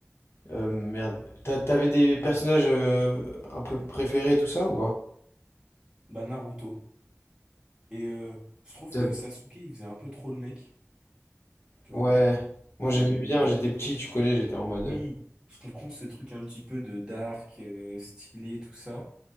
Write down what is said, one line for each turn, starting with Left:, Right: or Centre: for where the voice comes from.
Left: euh, merde, T'a- t'avais des personnages euh, un peu préférés, et tout ça, ou
Right: Bah Naruto. Et euh, je trouve
Left: pas?
Right: que Sasuke il faisait un peu trop le mec, tu
Left: Ouais,
Right: vois,
Left: moi
Right: à
Left: j'aimais
Right: mon goût.
Left: bien, j'étais petit, tu connais, j'étais en mode.
Right: Oui,
Left: euh,
Right: je comprends ces trucs un petit peu de dark, euh, stylé, tout ça.